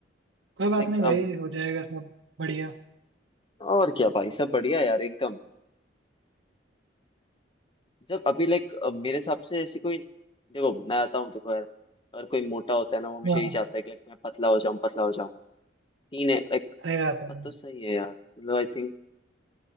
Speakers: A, on the right; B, on the left.
A: कोई बात
B: लाइक
A: नहीं भाई हो जाएगा सब बढ़िया
B: और क्या भाई सब बढ़िया यार एकदम जब अभी लाइक मेरे हिसाब से ऐसी कोई देखो मैं आता हूँ देखो यार अगर कोई मोटा होता है ना वो हमेशा
A: हाँ
B: यही चाहता है कि लाइक मैं पतला हो जाऊं पतला हो जाऊं तीन है लाइक
A: सही बात
B: बात
A: है
B: तो सही है यार मतलब आई थिंक